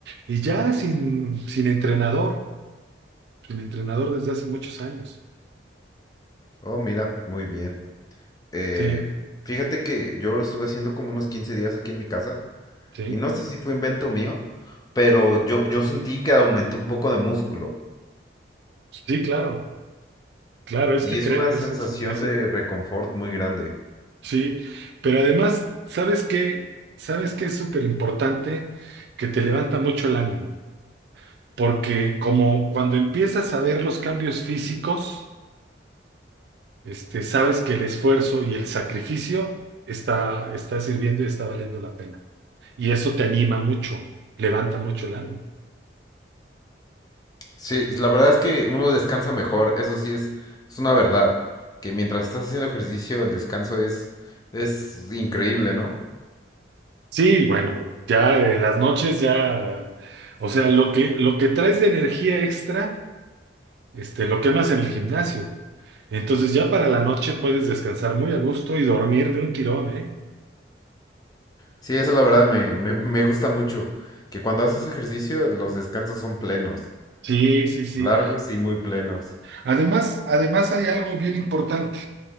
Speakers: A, on the right; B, on the left.
A: Y ya sin, sin entrenador, sin entrenador desde hace muchos años.
B: Oh, mira, muy bien. Eh,
A: Sí,
B: fíjate que yo lo estuve haciendo como unos 15 días aquí en mi casa
A: sí,
B: y no sé si fue invento mío, pero yo, yo sentí que aumenté un poco de músculo
A: sí, claro, claro, es
B: y
A: que
B: es
A: cree,
B: una sensación
A: es que sí crece.
B: de reconfort muy grande.
A: Sí, pero además, ¿sabes qué? ¿Sabes qué es súper importante? Que te levanta mucho el ánimo. porque como cuando empiezas a ver los cambios físicos, este, sabes que el esfuerzo y el sacrificio está, está sirviendo y está valiendo la pena. Y eso te anima mucho, levanta mucho el ánimo.
B: Sí, la verdad es que uno descansa mejor, eso sí es, es una verdad, que mientras estás haciendo ejercicio el descanso es, es increíble, ¿no?
A: Sí, bueno, ya en las noches ya, o sea, lo que, lo que traes de energía extra, este, lo quemas en el gimnasio. Entonces ya para la noche puedes descansar muy a gusto y dormir de un tirón, ¿eh?
B: Sí, eso la verdad me, me, me gusta mucho, que cuando haces ejercicio los descansos son plenos,
A: Sí, sí, sí.
B: largos y muy plenos.
A: Además, además hay algo bien importante.